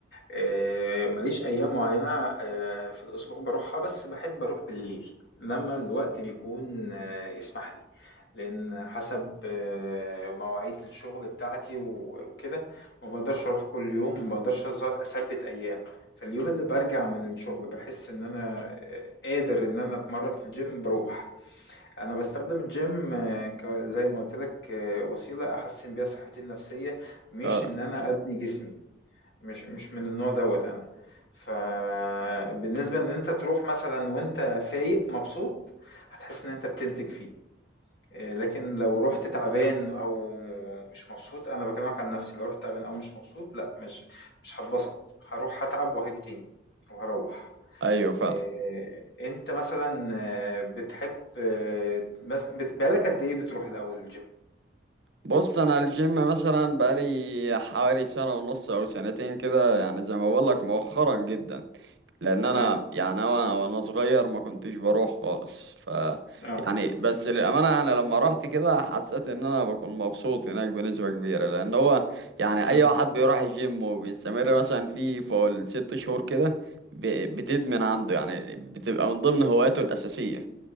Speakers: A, on the left; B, on the right.
A: آآ ما ليش أيام معيّنة آآ في الأسبوع باروحها، بس باحب أروح بالليل، لمّا الوقت بيكون آه، يسمح لي. لإن حسب آه، مواعيد الشغل بتاعتي و وكده، ما باقدرش أروح كل يوم، ما باقدرش أث أثبِّت أيام. فاليوم اللي بارجع من الشغل باحس إن أنا آه، قادر إن أنا أتمرّن في الgym باروح. انا بستخدم الجيم آه، ك- زي ما قلت لك آه، وسيله احسن بيها صحتي النفسيه مش
B: فعلا
A: ان انا ابني جسمي مش مش من النوع دوت انا فبالنسبه ان انت تروح مثلا وانت فايق مبسوط هتحس ان انت بتنتج فيه آه، لكن لو رحت تعبان او مش مبسوط انا بكلمك عن نفسي لو رحت تعبان او مش مبسوط لا مش مش هتبسط هروح هتعب وهاجي تاني وهروح
B: أيوه فعلا
A: آآ، أنت مثلًا آه، بتحب آه، بس بت بقى لك قد إيه بتروح الأول الgym؟
B: بص أنا الجيم مثلا بقالي حوالي سنة ونص أو سنتين كده يعني زي ما بقولك مؤخرا جدا لان
A: تمام،
B: انا يعني انا وانا صغير ما كنتش بروح خالص ف
A: آه،
B: يعني بس للامانه يعني لما رحت كده حسيت ان انا بكون مبسوط هناك بنسبه كبيره لان هو يعني
A: إمم،
B: اي واحد بيروح الجيم وبيستمر مثلا فيه فوق الست شهور كده ب- بتدمن عنده يعني بتبقى من ضمن هواياته الاساسيه